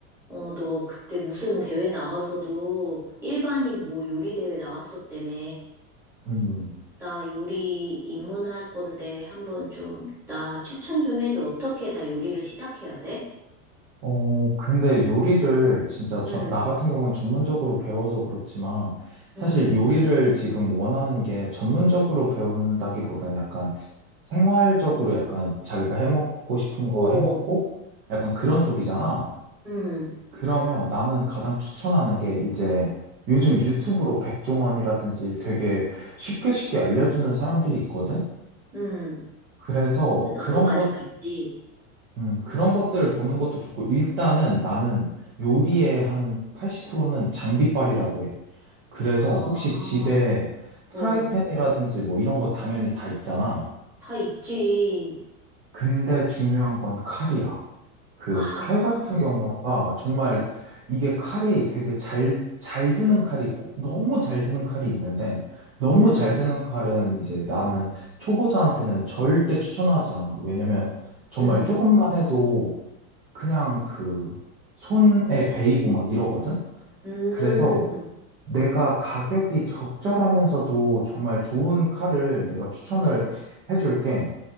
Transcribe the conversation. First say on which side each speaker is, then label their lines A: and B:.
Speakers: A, in the centre; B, on the right.
A: 어, 너 그때 무슨 대회 나가서도 일반인 뭐 요리 대회 나갔었다며.
B: 음.
A: 나 요리 입문할 건데 한번 좀, 나 추천 좀 해줘. 어떻게 나 요리를 시작해야 돼?
B: 어, 근데 요리를 진짜 저,
A: 응,
B: 나 같은 경우는 전문적으로 배워서 그렇지만 사실
A: 응,
B: 요리를 지금 원하는 게 전문적으로 배운다기보단 약간 생활적으로 약간 자기가 해먹고 싶은 거
A: 어,
B: 해먹고 약간 그런 쪽이잖아.
A: 응,
B: 그러면 나는 가장 추천하는 게 이제 요즘 유튜브로 백종원이라든지 되게 쉽게 쉽게 알려주는 사람들이 있거든?
A: 응.
B: 그래서
A: 그래서 나도
B: 그런
A: 많이
B: 것
A: 봤지.
B: 음, 그런 것들 보는 것도 좋고, 일단은 나는 요리의 한 80%는 장비빨이라고 해. 그래서
A: 아,
B: 혹시 집에 프라이팬이라든지
A: 어.
B: 뭐 이런 거 당연히 다 있잖아.
A: 다 있지.
B: 근데 중요한 건 칼이야. 그
A: 아,
B: 칼 같은 경우가 정말 이게 칼이 되게 잘, 잘 드는 칼이 있고, 너무 잘 드는 칼이 있는데, 너무
A: 음,
B: 잘 드는 칼은 이제 나는 초보자한테는 절대 추천하지 않아. 왜냐면 정말
A: 음,
B: 조금만 해도 그냥 그 손에 베이고 막 이러거든?
A: 음,
B: 그래서 내가 가격이 적절하면서도 정말 좋은 칼을 내가 추천을 해줄게.